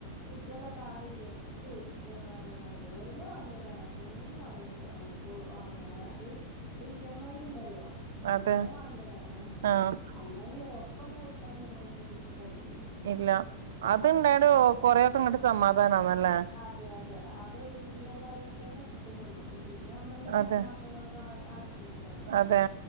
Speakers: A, on the left; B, on the right.
A: കുട്ട്യാളൊക്കെ ആകെ വിയർത്തൊ ക്കാണ് പർഞ്ങ്ങാണ്ട് ഓരെന്നെ വാങ്ങിയതാണ് ഹസ്ബന്റെന്നെ വാങ്ങിയതാണ് നമ്മക്ക് വാങ്ങാ അത് ഇ എം ഐ ണ്ടല്ലോ അങ്ങനെ
B: അതെ
A: വാങ്ങിയതാണ് അ
B: ആഹ്
A: അല്ലെങ്കി റൊക്കൊന്നും കൊടുക്കാൻ ഞമ്മളെക്കൊണ്ട്പ്പോ കയ്യൂല
B: ഇല്ല അത് ണ്ടായോണ്ട് കൊറേക്കെ ഇങ്ങട്ട് സമാധാനാവും അല്ലേ
A: അതെ അതെ അത് സീറോ ബാലൻസിനെന്നെ കിട്ടും ഞമ്മക്ക്‌ ക്ക് പിന്നെ ഞമ്മളിങ്ങനെ
B: അതെ
A: മാസം മാസം അടച്ചൊടുത്താ മതി
B: അതെ